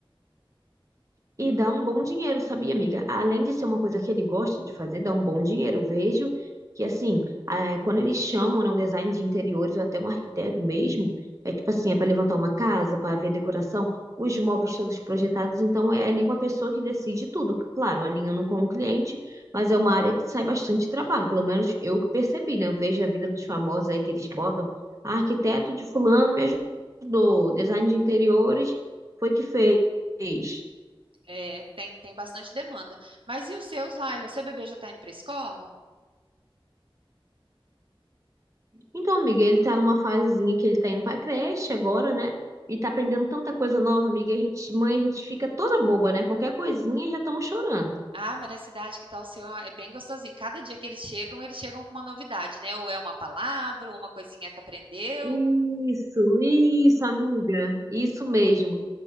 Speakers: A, on the right; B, on the right.
A: E dá um bom dinheiro, sabia, amiga? Além de ser uma coisa que ele gosta de fazer, dá um bom dinheiro. Eu vejo que, assim, eh, quando eles chamam, né, um design de interiores ou até um arquiteto mesmo, é tipo assim, é para levantar uma casa, para ver decoração, os móveis todos projetados. Então, é ali uma pessoa que decide tudo. Claro, alinhando com o cliente, mas é uma área que sai bastante trabalho. Pelo menos eu que percebi, né? Eu vejo a vida dos famosos aí que eles botam. "Ah, arquiteto de fulano me ajudou, design de interiores foi que fez.
B: É, tem, tem bastante demanda. Mas e os seus, Laila? O seu bebê já tá indo para escola?
A: Então, amiga, ele tá numa fasezinha que ele tá indo pra creche agora, né? E tá aprendendo tanta coisa nova, amiga. A gente, mãe, a gente fica toda boba, né? Qualquer coisinha já estamos chorando.
B: Ah, mas na cidade que tá o seu é bem gostosinho. Cada dia que eles chegam, eles chegam com uma novidade, né? Ou é uma palavra, ou uma coisinha que aprendeu.
A: Isso, isso, amiga. Isso mesmo.